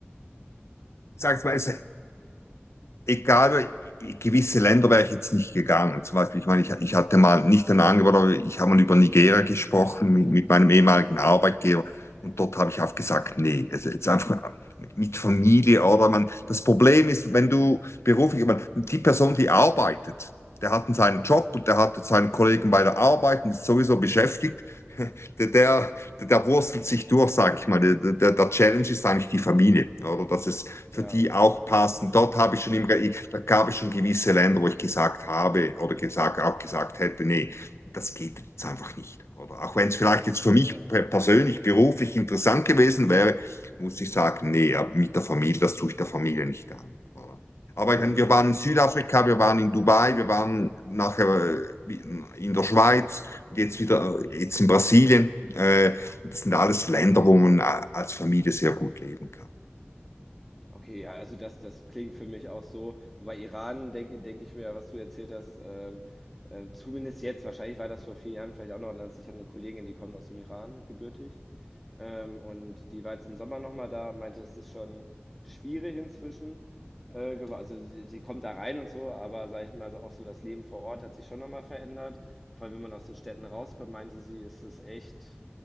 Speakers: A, on the left; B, in the centre.
A: Sag mal, es egal, gewisse Länder wäre ich jetzt nicht gegangen.
B: Ja, Ja. okay.
A: Zum Beispiel, ich meine, ich, ich hatte mal nicht ein Angebot, aber ich habe mal über Nigeria gesprochen mit,
B: Hm,
A: mit meinem ehemaligen Arbeitgeber und dort habe ich auch gesagt, nee, es ist einfach
B: hm,
A: mit Familie oder man.
B: ja,
A: Das Problem ist, wenn du beruflich, ich meine, die Person, die arbeitet, der hat
B: hm,
A: seinen Job und der hat dort seinen Kollegen bei der Arbeit und ist sowieso beschäftigt. <laughs> Der, der, der wurstelt sich durch, sage ich mal. Der, der, der Challenge ist eigentlich die Familie,
B: hm,
A: oder? Das ist, für
B: ja,
A: die
B: okay.
A: auch passen. Dort habe ich schon immer, da gab es schon gewisse Länder, wo ich gesagt habe oder gesagt, auch gesagt hätte, nee, das geht jetzt einfach
B: Hm,
A: nicht. Oder auch wenn es vielleicht jetzt für mich
B: ja, ja,
A: persönlich, beruflich interessant gewesen wäre, muss ich sagen, nee, mit der Familie, das tue ich der Familie nicht an. Oder? Aber
B: Ja,
A: ich meine,
B: gut,
A: wir
B: ja.
A: waren in Südafrika, wir waren in Dubai, wir waren nachher in der Schweiz und jetzt
B: Hm.
A: wieder äh, jetzt in Brasilien. Äh, Das sind alles Länder, wo man äh, als Familie sehr gut leben kann.
B: Okay, ja, also das, das klingt für mich auch so. Wobei Iran, denke denk ich mir, was du erzählt hast, ähm, äh, zumindest jetzt, wahrscheinlich war das vor vier Jahren vielleicht auch noch anders. Ich habe eine Kollegin, die kommt aus dem Iran, gebürtig. Ähm, und die war jetzt im Sommer nochmal da und meinte, es ist schon schwierig inzwischen. Äh, gewa- also sie, sie kommt da rein und so, aber sage ich mal, also auch so das Leben vor Ort hat sich schon nochmal verändert. Vor allem, wenn man aus den Städten rauskommt, meinte sie, ist es echt